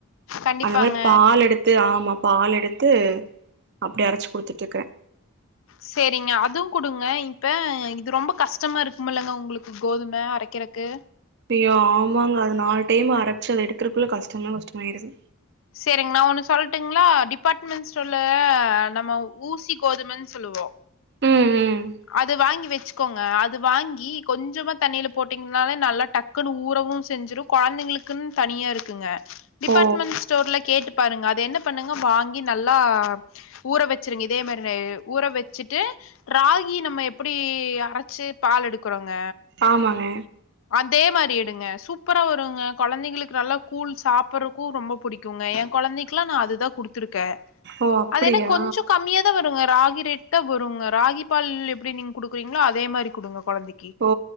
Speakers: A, on the left (about 65°); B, on the right (about 50°).
A: கண்டிப்பாங்க
B: அந்த மாரி பால் எடுத்து ஆமா பால் எடுத்து அப்டி அரைச்சு குடுத்துட்டுக்கறே.
A: செரிங்க அதுவு குடுங்க இப்ப இது ரொம்ப கஷ்டமா இருக்குமல்லங்க உங்குளுக்கு கோதும அரைக்கறக்கு
B: ஐயோ ஆமாங்க அது நாலு டைம் அரைச்சு அத எடுக்கறக்குள்ள கஷ்டனா கஷ்டமாயிருது.
A: செரிங் நா ஒன்னு சொல்ட்டுங்ளா டிபாட்மெண் ஸ்டோல நம்ம ஊசி கோதுமன் சொல்லுவோ
B: ம் ம்.
A: அது வாங்கி வெச்சுக்கோங்க அது வாங்கி கொஞ்சமா தண்ணில போட்டீங்னாலே நல்லா டக் குனு ஊறவு செஞ்சிரு கொழந்தைங்களுக்குன் தனியா இருக்குங்க. டிபாட்மெண்
B: ஓ
A: ஸ்டோர்ல கேட்டு பாருங்க அது என்ன பண்ணு ங்க வாங்கி நல்லா ஊற வெச்சிருங்க இதே மாரி ஊற வெச்சிட்டு டி நம்ம எப்பிடி அரச்சு பால் எடுக்குறோங்க
B: ஆமாங்க.
A: அதே மாரி எடுங்க சூப்பரா வருங்க கொழந்தைங்களுக் நல்லா கூழ் சாப்பறக்கு ரொம்ப புடி க்குங்க எ கொழந்தைக்லா நா அதுதா குடுத்துருக்கே
B: ஓ அப்டியா
A: அதென்ன கொஞ்சோ கம்மியா தா வருங்க ராகி ரேட்தா வருங்க ராகி பால் எப்பிடி நீங் குடுக்கறிங்ளோ அதே மாரி குடுங்க கொழந்தை
B: ஓ